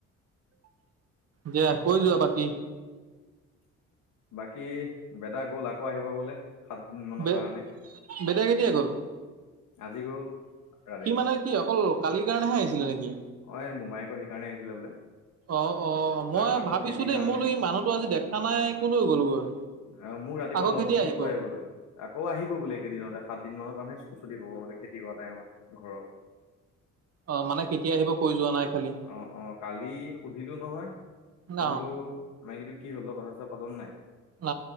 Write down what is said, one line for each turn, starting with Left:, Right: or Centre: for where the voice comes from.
Right: দে কৈ যোৱা বাকী
Left: বাকী বেদা গ'ল আকৌ আহিব বোলে সাতদিন মানৰ
Right: বে
Left: কাৰণে
Right: বেটা কেতিয়া গ'ল?
Left: আজি গল ৰাতিপুৱা
Right: সি মানে কি অকল কালিৰ কাৰণেহে আহিছিলে নেকি
Left: অ এই মুমাইকো সেইকাৰণে আহিছিলে বোলে
Right: অ অ মই
Left: আ- আকৌ
Right: ভাবিছো
Left: খেতিৰ
Right: দেই
Left: কাৰণে
Right: মোৰ এই মানুহতো আজি দেখা নাই কলৈ গ'লগৈ
Left: অ মোৰ ৰাতিপুৱা
Right: আকৌ
Left: লগ
Right: কেতিয়া
Left: ধৰিছিল
Right: আহিব?
Left: থৈ আহিবলৈ আকৌ আহিব বুলে একেদিনতে সাত দিন মানৰ কাৰণে চুতি পাব বোলে খেতি কৰা টাইমত ঘৰৰ
Right: অ মানে কেতিয়া আহিব কৈ যোৱা নাই খালি
Left: অ অ কালি সুধিলো নহয় তো
Right: ন
Left: বোলো মাইকীটো কি হ'ল তই কথা চথা পাত নে
Right: ন